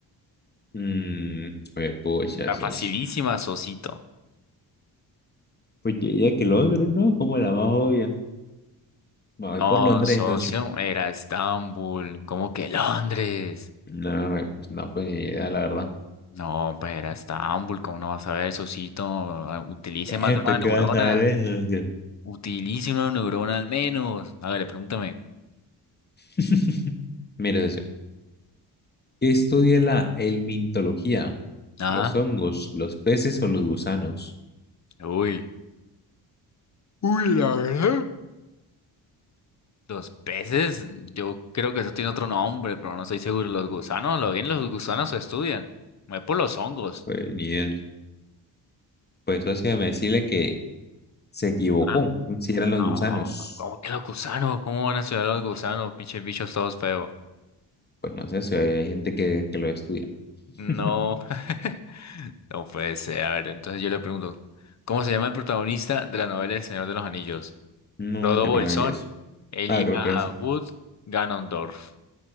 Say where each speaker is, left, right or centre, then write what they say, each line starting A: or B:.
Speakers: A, on the left; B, on the left.
A: Mm, pues, pucha,
B: Está
A: socio.
B: facilísima, socito.
A: Pues yo diría que Londres, ¿no? Como la más obvia. Me
B: No,
A: voy por Londres,
B: Ah, no. socio,
A: socio.
B: era Estambul. ¿Cómo que Londres?
A: No, güey, pues no, pues ni idea, la verdad.
B: No, pues era Estambul, ¿cómo no vas a ver, Sosito? Ah, Utilice
A: ¿Esto
B: más de una neurona.
A: ¿qué vas a ver eso? tío?
B: Utilice una neurona al menos. A ver, pregúntame.
A: <laughs> Mire, socio, ¿Qué estudia la helmintología?
B: ¿ah?
A: ¿Los hongos, los peces o los gusanos?
B: Uy. Uy, la verdad. Los peces, yo creo que eso tiene otro nombre, pero no estoy seguro. Los gusanos, lo bien, los gusanos se estudian. Me voy por los hongos.
A: Pues ni idea. Pues socio, me decirle que se equivocó.
B: ¿Ah?
A: Si eran los
B: No,
A: gusanos.
B: ¿cómo que los gusanos? ¿Cómo van a estudiar los gusanos? Pinches bichos todos feos.
A: Pues no sé si hay gente que, que lo estudia. <laughs>
B: No. <laughs> No puede ser. A ver, entonces yo le pregunto, ¿cómo se llama el protagonista de la novela El Señor de los Anillos?
A: No,
B: Frodo
A: yo
B: Bolsón,
A: no me vi eso.
B: Elijah
A: Ah, creo que eso.
B: Wood, Ganondorf.